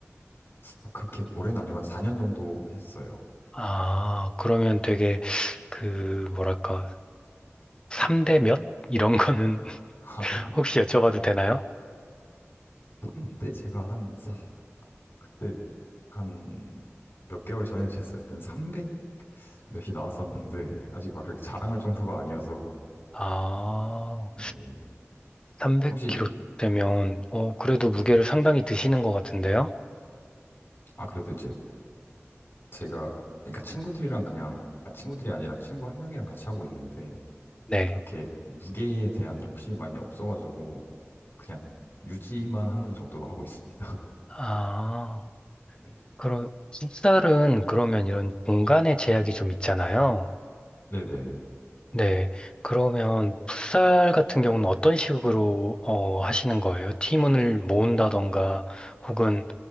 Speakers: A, on the left; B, on the left.
A: 아, 그렇게 오래는 아니고 한 4년 정도 했어요.
B: 아, 그러면 되게, 그, 뭐랄까, 3대 몇? 이런 거는 <laughs>
A: <laughs> 한,
B: 혹시 여쭤봐도 되나요?
A: 한때 제가 한, 사- 그때 한 몇 개월 전에 됐을 땐 300 몇이 나왔었는데, 아직 막 그렇게 자랑할 정도가 아니어서,
B: 아,
A: 네.
B: 300kg
A: 혹시
B: 되면, 어, 그래도 무게를
A: 네.
B: 상당히 드시는 것 같은데요?
A: 아 그래도 이제 제가 그러니까 친구들이랑 그냥 아 친구들이 아니라 친구 한 명이랑 같이 하고 있는데
B: 네.
A: 그렇게 무게에 대한 욕심이 많이 없어가지고 그냥 유지만 하는 정도로 하고 있습니다. <laughs>
B: 아.
A: 네.
B: 그런 풋살은 그러면 이런 공간의 제약이 좀 있잖아요.
A: 네네.
B: 네. 그러면 풋살 같은 경우는 어떤 식으로 어, 하시는 거예요? 팀원을 모은다던가 혹은